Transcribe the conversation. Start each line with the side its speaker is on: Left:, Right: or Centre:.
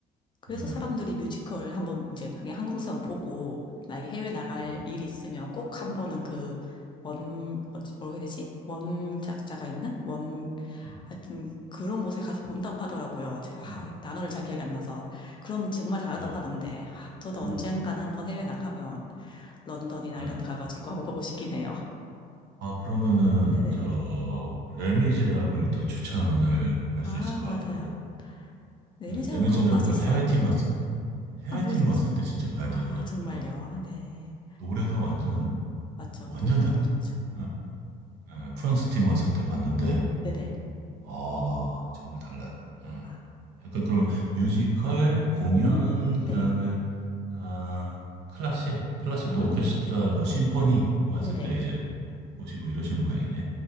Left: 그래서
Right: 예,
Left: 사람들이 뮤지컬을 한번 이제 그냥 한국에서만 보고 만약에 해외 나갈
Right: 음,
Left: 일이 있으면 꼭 한번은 그 원, 어찌, 뭐라고 해야 되지? 원작자가 있는? 원,
Right: 음,
Left: 하여튼 그런 곳에 가서 본다고 하더라고요. 제가
Right: 음,
Left: 아, 이 단어를 잘 기억이 안 나서. 그럼 정말 다르다고
Right: 예,
Left: 하던데. 아, 저도
Right: 음,
Left: 언젠가는 한번 해외 나가면 런던이나
Right: 예.
Left: 이런 데 가가지고 한번 보고 싶긴 해요.
Right: 아, 그러면은,
Left: <laughs> 네네.
Right: 저, 레미제라블도 추천을 할
Left: 아,
Right: 수 있을 것
Left: 맞아요.
Right: 같고,
Left: 네,
Right: 예,
Left: 이제지를
Right: 레미제라블
Left: 한번 봤었어요.
Right: 해외팀
Left: 네.
Right: 왔을, 해외팀
Left: 한국에서 봤었는데.
Right: 왔을 때 진짜 봐야
Left: 아,
Right: 되더라고요.
Left: 정말요. 네.
Right: 노래가 완전
Left: 맞죠.
Right: 완전
Left: 노래가
Right: 달라요.
Left: 너무 좋죠.
Right: 예, 예, 프랑스 팀 왔을 때 봤는데,
Left: 네네.
Right: 아, 정말 달라요. 예.
Left: 아,
Right: 약간 그러면 뮤지컬, 공연,
Left: 음, 네.
Right: 그 다음에, 아, 클래식, 클래식도
Left: 아,
Right: 오케스트라, 뭐, 심포니 왔을
Left: 네네.
Right: 때 이제 보시고 이러신 모양이네.